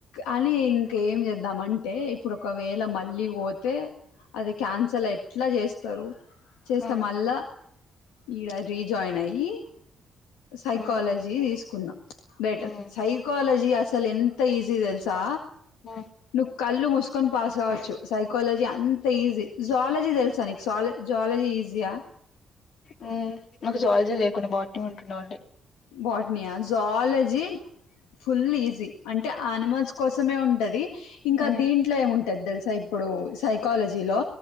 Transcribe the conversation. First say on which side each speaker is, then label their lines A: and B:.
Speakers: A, on the left (about 90°); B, on the left (about 65°).
A: అని ఇంకా ఏం చేద్దాం అంటే ఇప్పుడు ఒకవేళ మళ్ళీ పోతే అది క్యాన్సల్ ఎట్ల చేస్తారు చేస్తే
B: ఆ
A: మళ్ళా ఈడ రీజాయిన్ అయ్యి సైకాలజీ
B: ఆ
A: తీసుకున్న బెటర్
B: ఆ
A: సైకాలజీ అసలు ఎంత ఈజీ తెల్సా
B: ఆ
A: నువ్వు కళ్ళు మూసుకొని పాస్ కావచ్చు సైకాలజీ అంతా ఈజీ జువాలజీ తెలుసా నీ స్వాల జువాలజీ ఈజీయా
B: ఉమ్మ్ నాకు జూవాలజీ లేకుండే బట్నీ ఉంటుండే ఆల్రెడీ
A: బాట్నియా జువాలజీ ఫుల్ ఈజీ అంటే అనిమల్స్ కోసమే ఉంటది ఇంకా
B: మ్మ్
A: దీంట్లో ఏముంటది తెలుసా ఇప్పుడు సైకాలజీలో